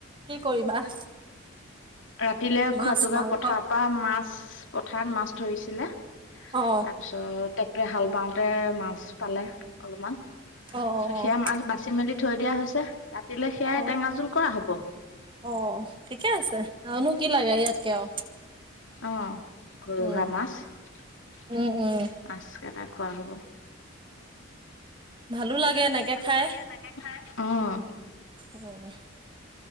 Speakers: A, on the right (about 25°); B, on the left (about 70°).
A: কি কৰিবা
B: ৰাতিলেলৈ
A: মাছ
B: খোৱা যোগাৰ,
A: মাংস
B: পথাৰৰ পৰা মাছ, পথাৰত মাছ ধৰিছিলে
A: অ
B: তাৰপিছত, ট্ৰেক্টৰে হাল বাওঁতে মাছ পালে অলপমান তাৰপিছত,
A: অ অ
B: সেয়া মাছ বাচি মেলি থৈ দিয়া হৈছে, ৰাতিলে সেয়াই
A: অ
B: টেঙা জোল কৰা হব
A: অ', ঠিকে আছে, আনো কি লাগে ইয়াতকে আৰু
B: অ, 'ঘৰুৱা
A: উম
B: মাছ, মাছ
A: উম উম
B: কেইটা খোৱা হব
A: ভালো লাগে এনেকে
B: ভাল
A: খাই
B: লাগে অ',
A: অ',